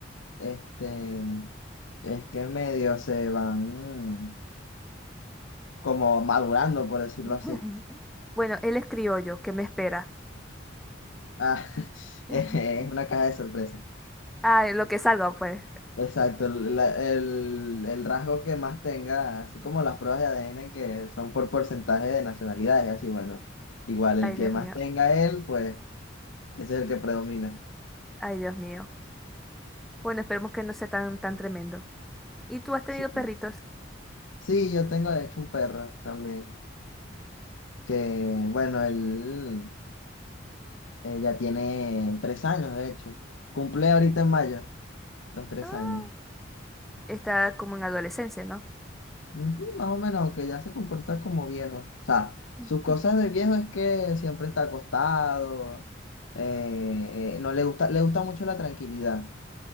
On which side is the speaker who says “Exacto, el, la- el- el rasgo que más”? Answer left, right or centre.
Left